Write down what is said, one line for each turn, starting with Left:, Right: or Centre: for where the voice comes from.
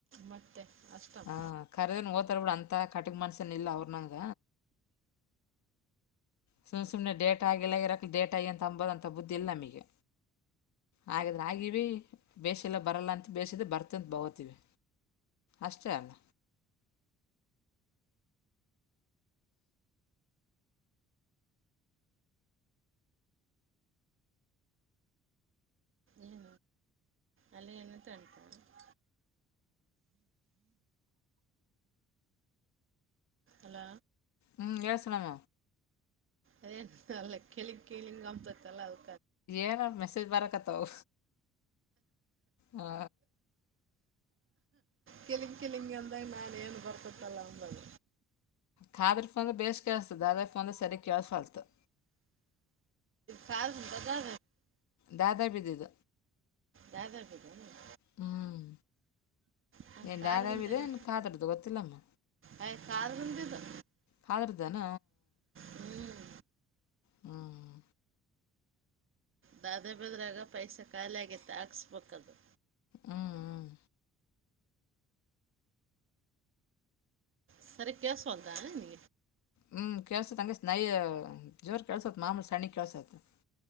Right: ಮತ್ತೆ ಅಷ್ಟಮ್
Left: ಹಾ ಕರೆದರ್ ಅಂತ ಕಟಕ್ ಮನ್ಸನ ಇಲ್ಲ ಅವ್ರ ನಂಗ ಸುಮ್ಮನೆ ಸುಮ್ಮನೆ ಡೇಟ ಆಗಿಲ್ಲ ಇರಕ್ಲಿ ಡೇಟ ್ಯ ಅಂತ ಅಂಬೋದುಂತ ಬುದ್ಧಿಲ್ಲ ನಮಗೆ ಹಾಗಗಿದೆ ಆಗಿವ ಬೇಸಿಲ್ಲ ಬರಲ್ಲ ಅಂತ ಬೇಯಿಸಿದ ಬರ್ತಂತ ಬಗೋತೀವಿ ಅಷ್ಟೇ ಅಲ್ಲ
Right: ಏನು ಅಲ್ಲಿ ಏನಂತ ಅಾಣತ್ಮ ಅಲ
Left: ಹ್ಮ್ ಯ ಸನಾಮ
Right: ಅದೇ ಅಲ್ಲ ಕೆಳಿ ಕಲಿಿಂಗ ಅಪತ್ತಲ್ಲ ಅದು
Left: ಏನ ಮೆಸೇಜ್ ಬರಕತ್ತಾವ ಹಾ
Right: ಕೆಲಿಂಗ್ ಕೆಲಿಂಗ ಅಂದಾಗ ನಾನ ಏನ್ ಬರ್ತತ್ತಲ್ಲ ಅಂದಾಗ
Left: ಕಾದ್ರ ಫೋನ್್ರೆ ಬೇಸ್ ಕೇಳಸ್ತದ ಅ್ರ ಫೋನ್್ರೆ ಸರಿ ಕೇಳಸಲ್ತ
Right: ಕ ಬಾದ
Left: ದಾದಾ ಬಿದ್ದಿದ
Right: ಯಾವಾವಾರಪಗ <unintelligible>
Left: ಹ್ಮ್
Right: ನಾನು
Left: ನಿ
Right: ಕಾದ್ರಿಂದ
Left: ದಾದಾವಿದೆನ್
Right: ಏನ
Left: ಕಾದ್ರದ್ದು ಗೊತ್ತಿಲ್ಲಮ್ಮ
Right: ಅಯ್ಯ ಕಾದ್ರಿಂದ ಇದು
Left: ಕಾದ್ರದ್ದಾನ
Right: ಹ್ಞೂ
Left: ಹ್ಮ್
Right: ದಾದೆ ಬದ್ರಾಗ ಪೈಸಾ ಖಾಲಿ ಆಗೈತ್ತ ಹಾಕ್ಸ್ಬೇಕದು
Left: ಹ್ಮ್ ಹ್ಮ್
Right: ಸ ಕ ಸೋದ ನಿ ನೀ
Left: ಹ್ಮ ಕಳ್ಸತ್ ಹಂಗ ನನಾಯ ಜೋರು ಕಳ್ಸೋತ್ ಮಾಮೂಲಿ ಸಣಿ ಕಳ್ಸತ್ತ